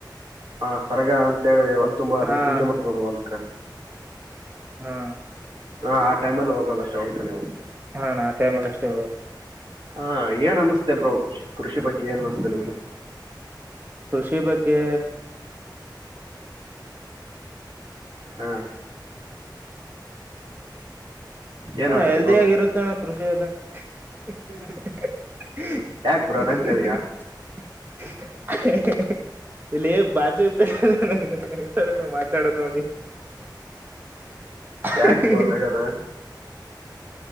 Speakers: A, on the right (about 80°); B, on the right (about 25°).
A: ಹಾ ಸರಗ ಅಂತೇಳಿ ಹೊಲ್ ತುಂಬಾ ಅ
B: ಹಾ
A: ಪೂಜೆ ಮಾಡ್ತವಿ ನೋಡ ಹೊಲ್ಕ್
B: ಹಾ
A: ಹಾ ಆ ಟೈಮ್ಲ್ಲಿ ಹೋಗೋದ ಅಷ್ಟ ಹೊಲಕ ನೀವು
B: ಹಾ ಅಣ್ಣ ಹಾ ಟೈಮ್ ಅಲ್ಲಿ ಅಷ್ಟೇ ಹೋಗುಡೂ
A: ಹಾ ಏನ್ ಅನ್ನಿಸ್ತತೆ ಬ್ರೋ ಕೃಷಿ ಕೃಷಿ ಬಗ್ಗೆ ಏನ್ ಅನಸ್ತತೆ ನಿಮ್ಗೆ
B: ಕೃಷಿ ಬಗ್ಗೆ
A: ಹ್ಮ್ ಏನ್
B: ಹ
A: ಅನ್ನಿಸ್ತೆ
B: ಹಾಲ್ಟ್
A: ಬ್ರೋ
B: ಆಗಿರುತ್ತೆ ಅಣ್ಣ ಕೃಷಿ ಅಲ್ಲ <unintelligible> <unintelligible>
A: ಯಾಕ್ ಬ್ರೋ ನಗ್ತಾ ಇದೀಯಾ
B: ಇಲ್ಲೇ ಬಾಜುದ <unintelligible> <unintelligible> ನಾವು ಮಾತಾಡೋತಡಿ <unintelligible>
A: ಯಾಕ್ ಬ್ರೋ ನಗದು